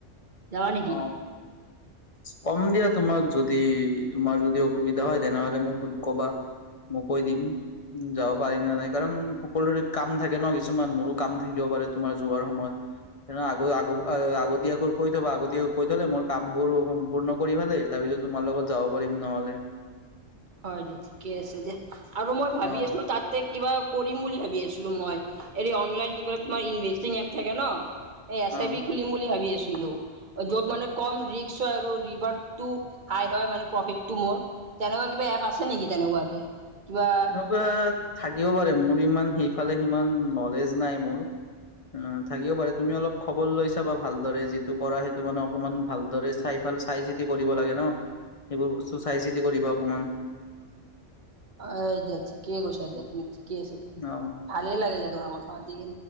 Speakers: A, on the right; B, on the left.
A: যাবা নেকি?
B: অ, কম দিয়া তোমাক যদি তোমাৰ যদি অসুবিধা হয়। তেনেহলে মোক কবা মই কৈ দিম। উম, যাব পাৰিম না নাই, কাৰণ সকলোৰে কাম থাকে ন কিছুমান মোৰো কাম থাকিব পাৰে তোমাৰ যোৱাৰ সময়ত। আগ আগ আগত আগত কৈ থবা আগতীয়াকৈ কৈ থলে মোৰ কামবোৰ সম্পূৰ্ণ কৰি ফালে তাৰ পিছত তোমাৰ লগত যাব পাৰিম নহ'লে।
A: হ'য়, ঠিকে আছে দিয়া আৰু মই ভাৱি
B: অ',
A: আছিলো তাতে কিবা কৰিম বুলি ভাৱি আছিলোঁ মই। হেৰি অনলাইন কিবাত মই ইনভেষ্টিং এপ থাকে ন'? এ এছ
B: অ',
A: আই বি খুলিম বুলি ভাৱি আছোঁ। লো। য'ত মানে, কম ৰিক্স হ'য় আৰু ৰিৰ্ভাতটো হাই হ'য়, মানে প্ৰফিতটো মোৰ। তেনেকুৱা কিবা এপ আছে নেকি তেনেকুৱাকে? কিবা
B: এনেকুৱা থাকিব পাৰে। মোৰ ইমান সেইফালে সিমান নলেজ নাই মোৰ। অঁ, থাকিব পাৰে, তুমি অলপ খবৰ লৈ চাবা ভালদৰে। যিটো কৰা সেইটো মানে অকমান ভালদৰে চাই ভাল চাই-চিতি কৰিব লাগে ন'। সেইবোৰ বস্তু চাই-চিতি কৰিবা অকমান।
A: <inaudible> অঁ দিয়া, ঠিকেই কৈছা। দিয়া, তুমি ঠিকেই আছে।
B: অ
A: ভালেই লাগে দিয়া তোমাৰ লগত কথা পাতি।